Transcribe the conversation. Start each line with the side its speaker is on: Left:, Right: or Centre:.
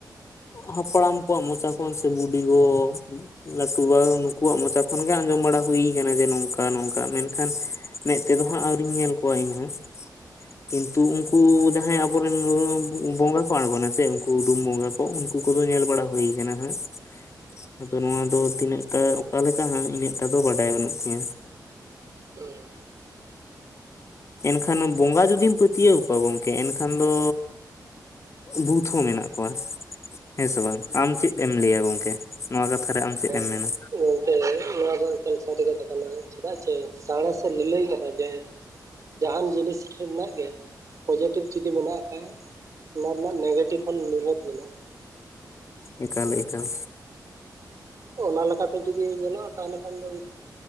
Left: ᱦᱟᱯᱲᱟᱢ ᱠᱚᱣᱟᱜ ᱢᱚᱪᱟ ᱠᱷᱚᱱ ᱥᱮ ᱵᱩᱰᱤᱜᱚ ᱞᱟᱹᱴᱩ ᱵᱟ ᱱᱩᱠᱩᱣᱟᱜ ᱢᱚᱪᱟ ᱠᱷᱚᱱᱜᱮ ᱟᱸᱡᱚᱢ ᱵᱟᱲᱟ ᱦᱩᱭ ᱠᱟᱱᱟ ᱡᱮ ᱱᱚᱝᱠᱟ-ᱱᱚᱝᱠᱟ ᱢᱮᱱᱠᱷᱟᱱ ᱢᱮᱫ ᱛᱮᱫᱚ ᱦᱟᱸᱜ ᱟᱹᱣᱨᱤᱧ ᱧᱮᱞ ᱠᱚᱣᱟ ᱤᱧᱦᱚᱸ ᱠᱤᱱᱛᱩ ᱩᱱᱠᱩ ᱡᱟᱦᱟᱸᱭ ᱟᱵᱚᱨᱮᱱ ᱵᱚᱸᱜᱟ ᱠᱚ ᱟᱬᱜᱚᱱᱟ ᱥᱮ ᱩᱱᱠᱩ ᱨᱩᱢ ᱵᱚᱸᱜᱟ ᱩᱱᱠᱩ ᱠᱚᱫᱚ ᱧᱮᱞ ᱵᱟᱲᱟ ᱦᱩᱭ ᱟᱠᱟᱱᱟ ᱦᱟᱸᱜ ᱟᱫᱚ ᱱᱚᱣᱟ ᱫᱚ ᱛᱤᱱᱟᱹᱜ ᱴᱟ ᱚᱠᱟ ᱞᱮᱠᱟ ᱦᱟᱸᱜ ᱤᱱᱟᱹᱜᱴᱟ ᱫᱚ ᱵᱟᱰᱟᱭ ᱵᱟᱹᱱᱩᱜ ᱛᱤᱧᱟ
Right: ᱦᱚᱭ
Left: ᱮᱱᱠᱷᱟᱱ ᱵᱚᱸᱜᱟ ᱡᱩᱫᱤᱢ ᱯᱟᱹᱛᱭᱟᱹᱣ ᱠᱚᱣᱟ ᱜᱚᱢᱠᱮ ᱮᱱᱠᱷᱟᱱ ᱫᱚ ᱵᱷᱩᱛ ᱦᱚᱸ ᱢᱮᱱᱟᱜ ᱠᱚᱣᱟ ᱦᱮᱸᱥᱮ ᱵᱟᱝ ᱟᱢ ᱪᱮᱫ ᱮᱢ ᱞᱟᱹᱭᱟ ᱜᱚᱝᱠᱮ? ᱱᱚᱣᱟ ᱠᱟᱛᱷᱟ ᱨᱮ ᱟᱢ ᱪᱮᱫ
Right: ᱦᱮᱸ
Left: ᱮᱢ ᱢᱮᱱᱟ
Right: ᱦᱮᱸ ᱱᱚᱣᱟ ᱫᱚ ᱮᱠᱟᱞ ᱥᱟᱹᱨᱤ ᱠᱟᱛᱷᱟ ᱠᱟᱱᱟ ᱪᱮᱫᱟᱜ ᱪᱮ ᱥᱟᱬᱮᱥᱮ ᱞᱟᱹᱞᱟᱹᱭ ᱠᱟᱱᱟ ᱡᱮ ᱡᱟᱦᱟᱱ ᱡᱤᱱᱤᱥ ᱨᱮᱱᱟᱜ ᱜᱮ ᱯᱚᱡᱮᱴᱤᱵᱷ ᱡᱩᱚᱫᱤ ᱢᱮᱱᱟᱜ ᱠᱷᱟᱱ ᱚᱱᱟ ᱨᱮᱱᱟᱜ ᱱᱮᱜᱮᱴᱤᱵᱷ ᱦᱚ ᱱᱤᱦᱟᱹᱛ ᱢᱮᱱᱟᱜᱼᱟ ᱾
Left: ᱮᱠᱟᱞ ᱮᱠᱟᱞ
Right: ᱛᱚ ᱚᱱᱟ ᱞᱮᱠᱟᱛᱮ ᱡᱩᱫᱤ ᱧᱮᱞᱚᱜᱼᱟ, ᱛᱟᱦᱚᱞᱮ ᱠᱷᱟᱱ ᱫᱚ